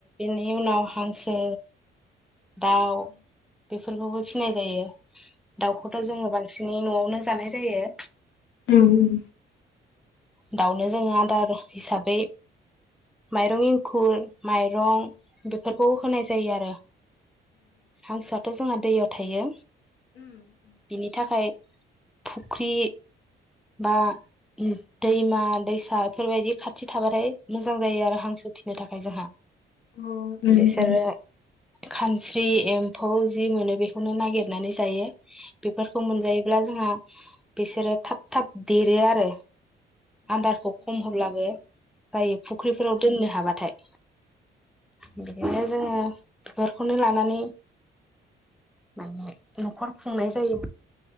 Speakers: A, in the centre; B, on the left.
A: नि उनाव हांसो दाउ बे- फोरखौबो फिनाय जायो, दाउखौथ' जोङो बांसिनै न'आवनो जानाय जायो।
B: ओम ओम
A: दाउनो जोङो आदार हिसाबै माइरं एंखुर, माइरं, बेफोरखौ होनाय जायो आरो हांसोया थ' जोंहा दैयाव थायो। बिनि थाखाय, फुख्रि बा दैमा दैसा बेफोरबायदि खाथि थाबाथाय, मोजां जायो आरो हांसो फिनो <unintelligible> <unintelligible> जोंहा
B: अ ओम ओम
A: बिसोरो खानस्रि एम्फौ जि मोनो बेखौनो नागिरनानै जायो। बेफोरखौ मोनजायोब्ला जोंहा बिसोरो थाब थाब देरो आरो आदारखौ खम होब्लाबो जायो फुख्रिफोराव दोननो हाबाथाय, बिदिनो जोङो बेफोरखौनो लानानै माने, न'खर खुंनाय जायो